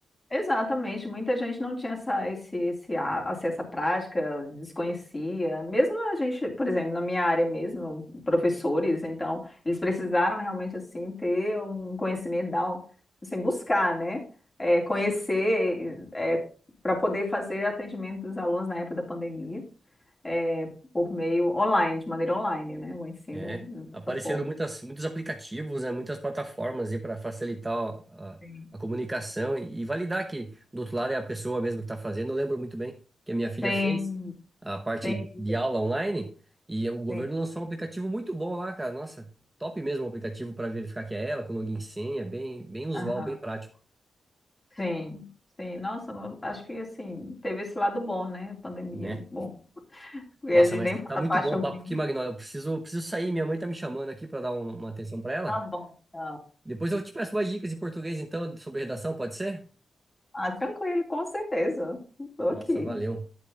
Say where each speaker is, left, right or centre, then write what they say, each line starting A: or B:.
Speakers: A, on the left; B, on the right.
A: Exatamente, muita gente não tinha essa, esse, esse, a- assim, essa prática, desconhecia. Mesmo a gente, por exemplo, na minha área mesmo, professores, então, eles precisaram realmente, assim, ter um conhecimento, dar, um- assim, buscar, né? É, conhecer, para poder fazer atendimento dos alunos na época da pandemia, é, por meio online, de maneira online, né? O ensino
B: É, apareceram
A: dessa forma.
B: muitas, muitos aplicativos, né, muitas plataformas aí para facilitar a,
A: Sim,
B: a comunicação e, e validar que do outro lado é a pessoa mesmo que está fazendo. Eu lembro muito bem que a minha filha
A: sim,
B: fez a parte
A: sim.
B: de aula online e o governo
A: sim.
B: lançou um aplicativo muito bom lá, cara. Nossa, top mesmo o aplicativo para verificar que é ela, com login e senha, bem, bem usual,
A: Aham.
B: bem prático,
A: Sim, sim. Nossa, mas acho que assim, teve esse lado bom, né? A pandemia.
B: né?
A: Bom, porque
B: Nossa,
A: a gente
B: mas
A: nem
B: tá
A: fala da
B: muito
A: parte
B: bom
A: ruim.
B: o papo aqui, Magnólia. Eu preciso, preciso sair, minha mãe tá me chamando aqui para dar um- uma atenção para ela.
A: Tá bom, então.
B: Depois eu te peço mais dicas de português, então, sobre redação, pode ser?
A: Ah, tranquilo, com certeza. Tô
B: Nossa,
A: aqui.
B: valeu.